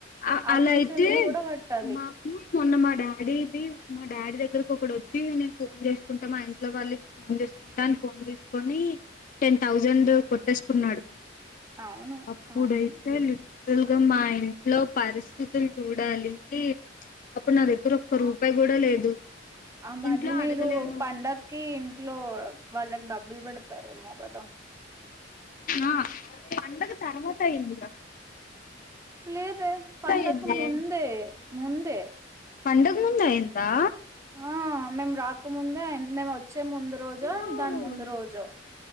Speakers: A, on the left (about 45°); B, on the right (about 15°).
A: అ
B: అడ్మిషన్
A: అలా అయితే
B: ఫీ కూడా కట్టాలి
A: మాకు మొన్న మా డాడీ ఇది మా డాడీ దగ్గరకు ఒకడొచ్చి నేను ఫోన్ చేసుకుంటా మా ఇంట్లో వాళ్ళ ఫోన్ చేసుకుంటాని ఫోన్ తీసుకొని టెన్ థౌజండ్ కొట్టేసుకున్నాడు
B: అవును
A: అప్పుడైతే
B: అవును
A: యల్గా మా ఇంట్లో పరిస్థితులు చూడాలి అప్పుడు నా దగ్గర ఒక్క రూపాయి కూడా లేదు
B: ఆ మరి
A: ఇంట్లో
B: మీలు
A: అడగలేను
B: పండగకి ఇంట్లో వాళ్ళకి డబ్బులు పెడతారేమో కదా.
A: ఆ పండగ తర్వాత అయ్యింది గా
B: లేదే పండకు
A: అయిందే
B: ముందే ముందే
A: పండగ్ ముందు అయ్యిందా
B: ఆ మేము రాకముందే అయి మేము వచ్చే ముందు రోజో,
A: ఓ
B: దాని ముందు రోజో.